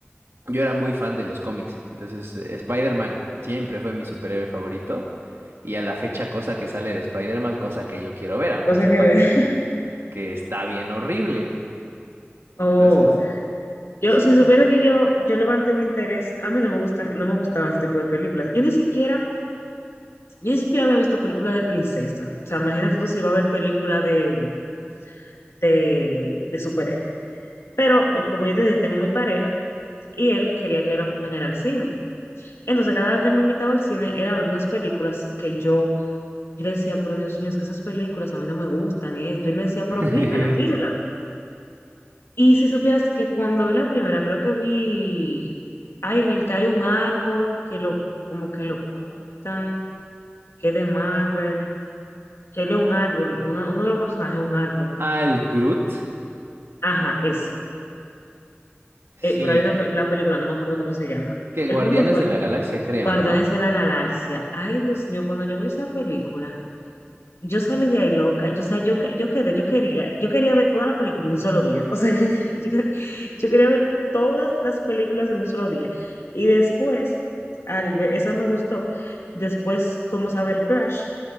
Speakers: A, on the right; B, on the left.
A: yo era muy fan de los cómics, entonces eh, Spider-Man siempre fue mi superhéroe favorito y a la fecha cosa que sale de Spider-Man, cosa que yo quiero ver, aunque
B: Cosa
A: sepa
B: que ver.
A: que,
B: <laughs>
A: que está bien horrible.
B: Oh,
A: Entonces,
B: yo,
A: sí,
B: si
A: sí.
B: supiera que yo, yo levanté un interés, a mí no me gustan, no me gustaban ese tipo de películas. Yo ni siquiera, yo ni siquiera había visto películas de princesa. O sea, imagínate tú si iba a ver películas de, de, de superhéroes. Pero, como yo te dije, tengo mi pareja y él quería que yo lo acompañara al cine. Entonces, cada vez que él me invitaba al cine era a ver unas películas que yo Y Yo le decía, pero Dios mío, es que esas películas a mí no me gustan, esto. Y él me decía, pero
A: <laughs>
B: mírala, mírala. Y si supieras que cuando vi la primera, creo que vi, ay, en el que hay un árbol, que lo, como que lo cortan, que es de Marvel, que él es un árbol, uno, uno de los personajes es un árbol.
A: Al Groot,
B: Ajá, esa.
A: sí,
B: Eh, pero hay una, pe- la película, no me acuerdo cómo se llama.
A: que
B: El
A: Guardianes
B: punto fue,
A: de la Galaxia creo,
B: Guardianes
A: ¿no?
B: de la Galaxia. Ay, Dios mío, cuando yo vi esa película, Yo salí de ahí loca, yo, o sea, yo, que- yo quedé, yo quería, yo quería ver toda la película en un solo día, o sea, <laughs> yo, yo- yo quería ver todas las películas en un solo día. Y después, al ver- esa me gustó, después fuimos a ver Flash,